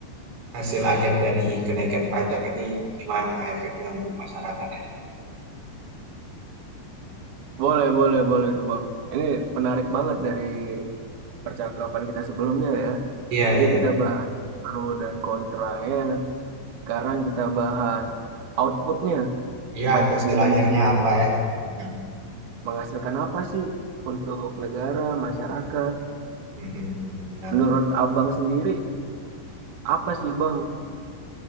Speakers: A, on the right; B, on the right.
A: Hasil akhir dari kenaikan pajak ini gimana efeknya untuk masyarakat ya?
B: Boleh, boleh, boleh tuh Bang. Ini menarik banget dari percakapan kita sebelumnya ya.
A: Iya,
B: Tadi
A: iya.
B: kita bahas pro dan kontranya, sekarang kita bahas outputnya.
A: Iya,
B: Pajak
A: hasil
B: di Indonesia
A: akhirnya apa ya? Mm-mm.
B: menghasilkan apa sih untuk negara, masyarakat?
A: Mm-mm, Benar,
B: Menurut
A: benar.
B: Abang sendiri, apa sih Bang